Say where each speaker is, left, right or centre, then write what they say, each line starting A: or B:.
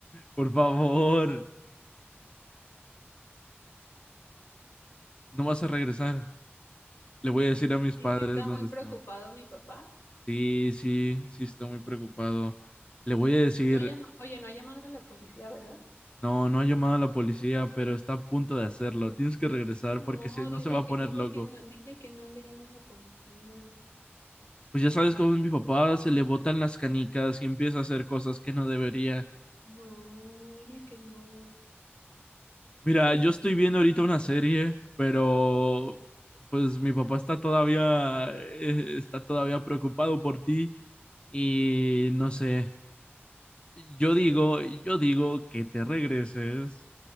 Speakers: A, on the left (about 25°); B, on the left (about 65°).
A: por favor, no vas a regresar. Le voy a decir a mis
B: Y
A: padres
B: sí está
A: dónde
B: muy
A: están.
B: preocupado mi papá.
A: Sí, sí, sí, estoy muy preocupado. Le voy a decir,
B: No, no ha llama- oye, no ha llamado a la policía, ¿verdad?
A: no, no ha llamado a la policía, pero está a punto de hacerlo. Tienes que regresar
B: No,
A: porque si no
B: dile
A: se va a
B: que,
A: poner
B: dile
A: loco.
B: que no, dile que no le llaman a la policía.
A: Pues ya sabes cómo es mi papá, se le botan las canicas y empieza a hacer cosas que no debería.
B: No, dile que no.
A: Mira, yo estoy viendo ahorita una serie, pero pues mi papá está todavía eh, está todavía preocupado por ti y no sé. Yo digo, yo digo que te regreses